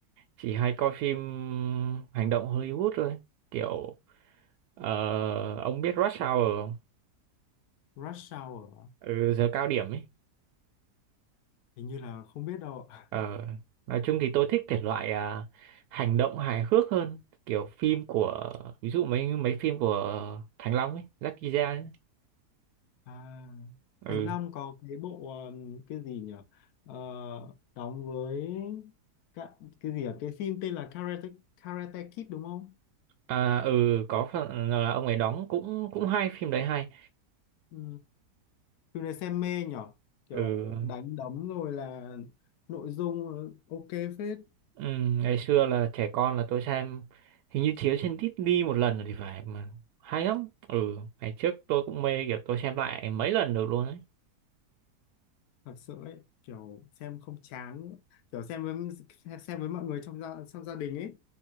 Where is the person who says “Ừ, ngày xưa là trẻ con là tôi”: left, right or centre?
Right